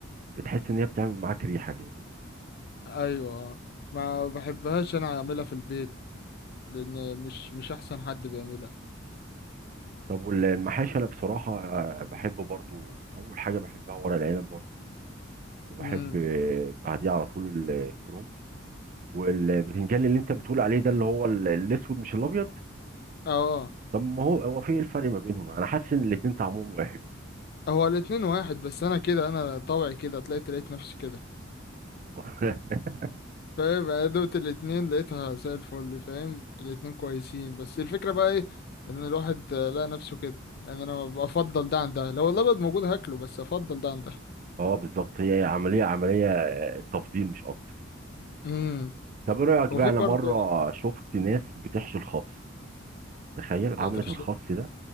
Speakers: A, on the right; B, on the left.
A: بتحس ان هي بتعمل معاك ريحه كده
B: ايوه آه. ما بحبهاش انا اعملها في البيت لان مش مش احسن حد بيعملها
A: طب والمحاشي انا بصراحه آه، بحب برضو اول حاجه بحبها ورق العنب برضو وبحب
B: امم
A: آه، بعديه على طول الكروم والبتنجان اللي انت بتقول عليه ده اللي هو ال- الاسود مش الابيض
B: اه
A: طب ما هو هو في ايه الفرق ما بينهم انا حاسس ان الاتنين طعمهم واحد
B: هو الاتنين واحد بس انا كده انا طبعي كده طلعت لقيت نفسي كده
A: <laughs>
B: فاهم انا دوت الاتنين لقيتها زي الفل فاهم الاتنين كويسين بس الفكرة بقى ايه ان الواحد آه، لقى نفسه كده يعني انا بفضل ده عن ده لو الابيض موجود هاكله بس افضل ده عن ده
A: اه بالظبط هي عمليه عمليه آه، تفضيل مش اكتر
B: امم
A: طب ايه رايك
B: وفي
A: بقى انا
B: برضه
A: مره شفت ناس بتحشي الخس تخيل عملت
B: تحشيش
A: الخس ده